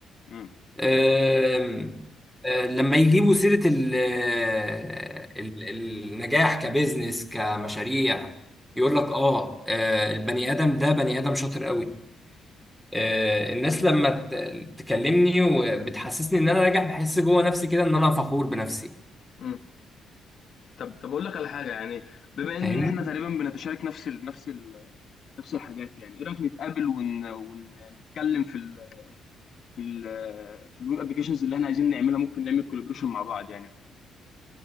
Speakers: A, on the left; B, in the centre.
A: إمم،
B: أم... آه، لما يجيبوا سيرة ال... آه، ال- النجاح كبزنس كمشاريع يقول لك اه آه، البني ادم ده بني ادم شاطر قوي آه، الناس لما ت- تكلمني وبتحسسني ان انا ناجح بحس جوه نفسي كده ان انا فخور بنفسي
A: إمم. طب طب اقول لك على حاجه يعني بما ان
B: فاهمني
A: احنا تقريبا بنتشارك نفس ال نفس ال نفس الحاجات يعني ايه رايك نتقابل ون... ونتكلم في ال في ال في الويب ابلكيشنز اللي احنا عايزين نعملها ممكن نعمل كولابريشن مع بعض يعني وكده